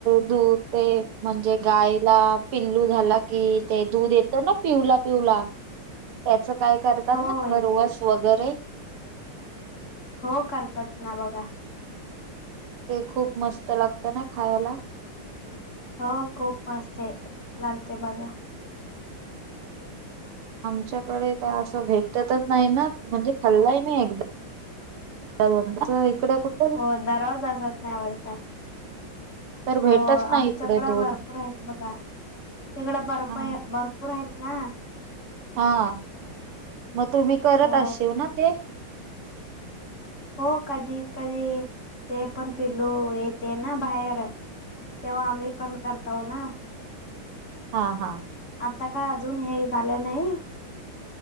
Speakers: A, on the right (about 85°); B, on the left (about 35°).
A: दूध ते म्हणजे गायला पिल्लू झाला कि ते दूध येतं ना, पिवला पिवला त्याचं काय करतात
B: हो
A: ना,
B: येते
A: खरवस
B: येते
A: वगरे
B: हो करतात ना बघा.
A: ते खूप मस्त लागतं ना खायाला.
B: हो खूप मस्त हाय ते, लागते बघा.
A: आमच्याकडे काय असं भेटतच नाही ना म्हणजे खल्ला ही नाही एकदा. ते ह्याचं इकड कुठ
B: हो दरोज असत नाही वाटतं.
A: तर
B: हो
A: भेटत नाही
B: आमच्याकडे
A: इकडे दूध
B: भरपूर आहेत बघा. तिकडं बरप
A: हा
B: भरपूर आहेत ना.
A: हा, म तुम्ही करत
B: हो
A: असशीव ना ते?
B: हो, कधी कधी ते पण पिलू येते ना, बाहेर तेव्हा आम्ही पण करताव ना?
A: हा हा.
B: आता काय अजून हे झालं नाही